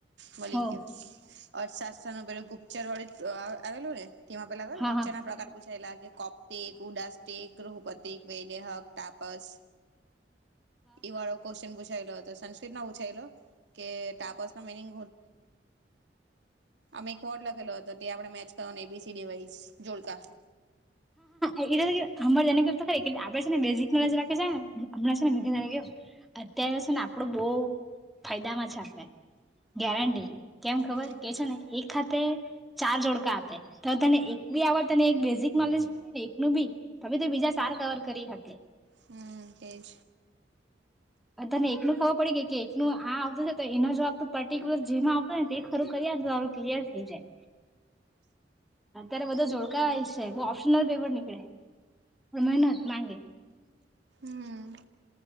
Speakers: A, on the right; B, in the centre.
A: મળલી
B: હો
A: ગયોર સાસસ નું પરો ગુપ્ત ચરળી આવેલું ને તેમાં પેલા
B: હા
A: ગપચાર
B: હા
A: ના પ્રકાર પૂછાયેલા છે કપ્તિક ઉદાસતિક ગૃહુપતિક વૈદહક તાપસ ઈ વાળો ક્વેશ્ચન પૂછાયેલો હતો સંસ્કૃતમાં પૂછાયેલો કે ટાપસ ન મિનિંગ અમે એક વર્ડ લખેલો હતો તે આપડે મેચ કરવા સનેવાસ જોડકા
B: એટ અમારેને ખ આપડે છેને બેઝિક નોલેજ રાખી જાય ને હમણાં ને મેને ગયું અત્યારે છે ને આપણું બહ ફાયદામાં છે આપડણે ગેરટી કેમ
A: હમ
B: ખબર કે છેો ને એક ખાતે તે ચાર જોડકા આપે તો તને એક બી આવડ તને એક બેઝિક નોલેજી હોય ને એકનું બી હવે તો બીજા સાર કવર કરી શકે
A: હમ એજ
B: બધાને એકલું ખબર પડી ગઈ કે એકલું આ આવતું છે તો એનો જોવાબ પર્ટિક્યુલર જેમાં આવતો ને તે ખર ને તો સારું ક્લિયર થઈ જાય અત્યારે બધો જોડકાવાયશ ઓપ્શનલ પેપર નનીકળે મહેનત માંગે
A: હમ